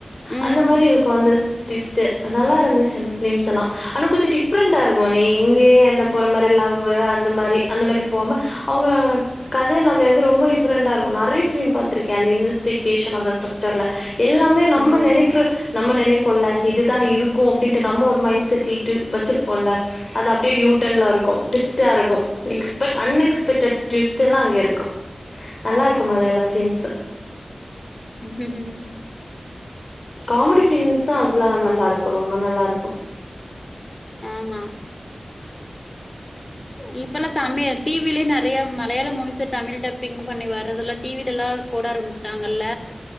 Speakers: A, on the left; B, on the left.
A: ம்
B: அந்த மாரி இருக்கு அந்த ட்விஸ்டு அத் நல்லா இருந்துச்சு அந்த ஃபிலிம்ஸ் எல்லா ஆனா கொஞ்ச டிஃப்ரெண்ட்டா இருக்கு எங்கயே அந்த போற மாரி லவ்வு அந்த மாரி அந்த மாரி போகாம அவுங்க கத எல்லாமே வந்து ரொம்ப டிஃபரெண்டா இருக்கு நெறைய ஃபிலிம் பாத்திருக்கே அந்த இன்வெஸ்டிகேஷன் அந்த <unintelligible> எல்லாமே நம்ம
A: ம்
B: நெனைக்கற நம்ம நினைப்போல்ல இதுதா இருக்கு அப்டின்ட்டு நம்ம ஒரு மைண்ட் செட்டில்டு வெச்சிருப்போல்ல அது அப்டியே யூட்டன்ல இருக்கு டிவிஸ்ட்டா இருக்கு
A: ம்
B: அன் எக்ஸ்பெக்டட் டுவிஸ்டெல்லா அங்க இருக்கு நல்லா இருக்கு மலையாள ஃபிலிம்ஸ்சு
A: ம் ம் ஓகே
B: காமெடி ஃபிலிம்ஸ்சு அதுல நல்லா இருக்கு ரொம்ப நல்லா இருக்கு
A: ஆம்மா இப்பெல்லா தமி டி வி ல்லயே நெறைய மலையாள மூவிஸ் சு தமிழ் டப்பிங் பண்ணி வரதெல்லா டி வி ல எல்லா போட ஆரம்பச்சுட்டாங்கல்ல